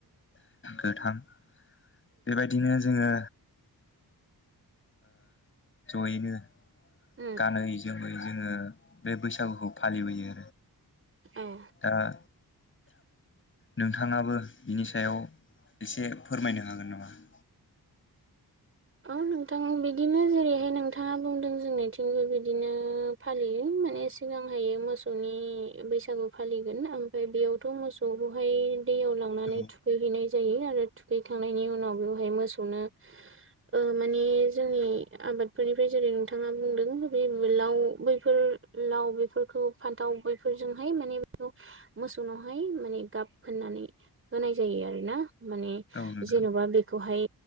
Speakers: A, on the left; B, on the right.
A: गोथां बेबायदिनो जोङो ज'यैनो
B: उम उम
A: गानै जोमै जोङो बे बैसागुखौ फालिबोयो
B: औ
A: दा <inaudible> नोंथाङाबो बिनि सायाव एसे फोरमायनो हागोन नामा? <inaudible>
B: अ नोंथां बिदिनो जेरैहाय नोंथाङा बुंदों जोंनिथिंबो बिदिनो फालियो। माने सिगांहायो मोसौनि बैसागु फालिगोन ओमफाय बेयावथ' मोसौखौहाय दैयाव लांनानै
A: औ
B: थुखैहैनाय जायो आरो थुखैखांनायनि उनाव बेवहाय मोसौनो ओ माने जोंनि आबादफोरनिफाय जेरै नोंथाङा बुंदों बि बेलाव बैफोर लाव बेफोरखौ फान्थाव बेैफोरजोंहाय माने <inaudible> मोसौनावहाय माने गाब फोननानै होनाय जायो आरोना माने
A: औ नोंथां
B: जेन'बा बेखौहाय